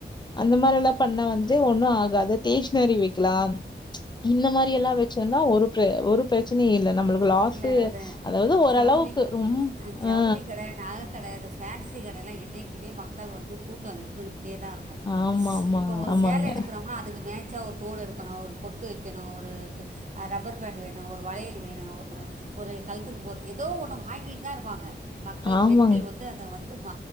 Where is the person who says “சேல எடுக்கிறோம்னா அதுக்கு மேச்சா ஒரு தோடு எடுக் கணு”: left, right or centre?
Right